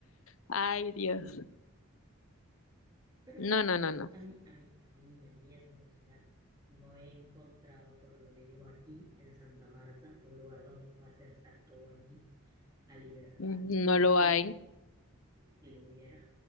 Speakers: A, on the left; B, on the right.
A: Ay, Dios.
B: Pero
A: No,
B: o sea,
A: no, no, no.
B: a mí, a mí, a mí, a mí en lo personal, no he encontrado por lo mínimo aquí en Santa Marta un lugar donde pueda hacer salto bungee a libertad.
A: No lo
B: Si,
A: hay.
B: lo- si lo hubiera,